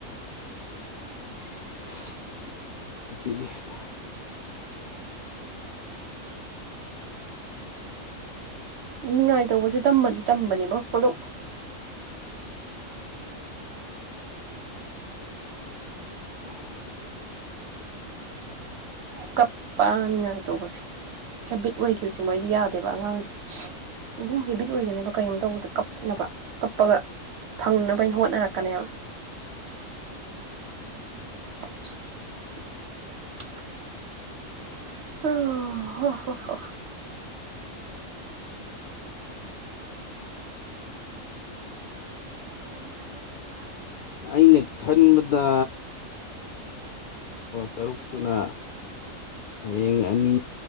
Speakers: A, on the left; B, on the right.
A: <inaudible> <inaudible>
B: <inaudible> ꯅꯤꯉꯥꯏ ꯇꯧꯕꯁꯦ ꯇꯝꯕꯅꯦꯕ ꯀꯗꯣꯛ <unintelligible>
A: <unintelligible>
B: ꯀꯞ ꯄꯅꯤꯡꯉꯥꯏ ꯇꯧꯕꯁꯦ <inaudible> ꯍꯦꯕꯤꯠ ꯑꯣꯏꯈꯤꯕꯁꯦ ꯃꯣꯏꯗꯤ ꯌꯥꯗꯦꯕ ꯑꯉꯥꯡꯗꯤ ꯑꯗꯨꯝ ꯍꯦꯕꯤꯠ ꯑꯣꯏꯒꯅꯦꯕ ꯀꯩꯅꯣꯝ ꯇꯧꯕꯗ ꯀꯞꯅꯕ ꯀꯞꯄꯒ ꯐꯪꯅꯕꯩꯅ ꯍꯣꯠꯅꯔꯛꯀꯅꯦꯕ <unintelligible> <inaudible> <inaudible>
A: ꯑꯩꯅ ꯈꯟꯕꯗ ꯇꯔꯨꯛꯇꯨꯅ ꯍꯌꯦꯡ ꯑꯅꯤ